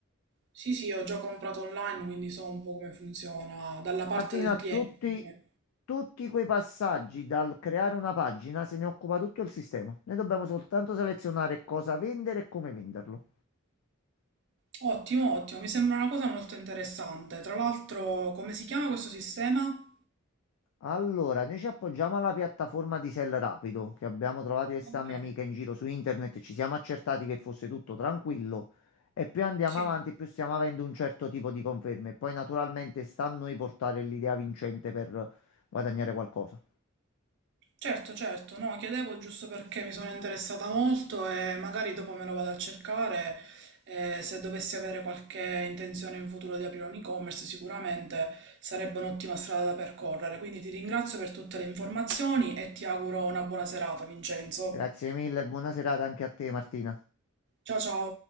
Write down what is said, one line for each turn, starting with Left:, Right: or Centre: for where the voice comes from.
Right: Sì, sì, ho già comprato online, quindi so un po' come funziona dalla parte
Left: Martina,
Right: del
Left: tutti,
Right: cliente. cioè,
Left: tutti quei passaggi dal creare una pagina se ne occupa tutto il sistema. Noi dobbiamo soltanto selezionare cosa vendere e come venderlo.
Right: Ottimo, ottimo, mi sembra una cosa molto interessante. Tra l'altro, come si chiama questo sistema?
Left: Allora, noi ci appoggiamo alla piattaforma di Sell Rapido che abbiamo trovato io e sta
Right: Ok,
Left: mia amica in giro su internet, ci siamo accertati che fosse tutto tranquillo e più andiamo
Right: sì.
Left: avanti, più stiamo avendo un certo tipo di conferme. Poi naturalmente sta a noi portare l'idea vincente per guadagnare qualcosa.
Right: Certo, certo, no, chiedevo giusto perché mi sono interessata molto e magari dopo me lo vado a cercare. eh, se dovessi avere qualche intenzione in futuro di aprire un e-commerce, sicuramente sarebbe un'ottima strada da percorrere. Quindi ti ringrazio per tutte le informazioni e ti auguro una buona serata, Vincenzo.
Left: Grazie mille, buona serata anche a te, Martina.
Right: Ciao ciao.